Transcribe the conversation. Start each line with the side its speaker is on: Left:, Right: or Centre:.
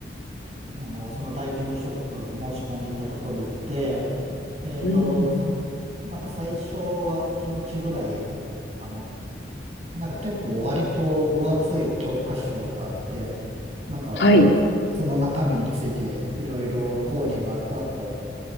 Right: あの、そのダイビングショップ申し込んでいたところ行って、えっと、
Left: うん、
Right: なんか最初は1日ぐらい、あの、なんか結構割と分厚い教科書があって、なんか
Left: はい。
Right: その中身についていろいろ講義があった後